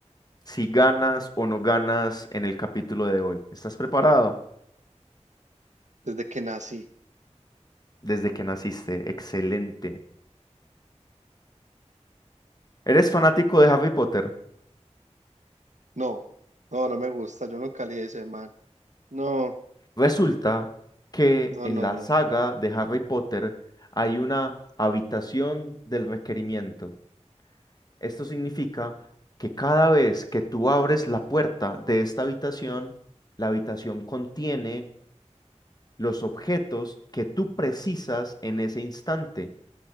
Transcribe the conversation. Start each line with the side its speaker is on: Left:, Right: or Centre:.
Left: si ganas o no ganas en el capítulo de hoy. ¿Estás preparado?
Right: desde que nací.
Left: Desde que naciste. Excelente. ¿Eres fanático de Harry Potter?
Right: No, no, no me gusta, yo nunca leí ese man. No,
Left: Resulta que
Right: no,
Left: en
Right: no,
Left: la
Right: no.
Left: saga de Harry Potter hay una habitación del requerimiento. Esto significa que cada vez que tú abres la puerta de esta habitación, la habitación contiene los objetos que tú precisas en ese instante,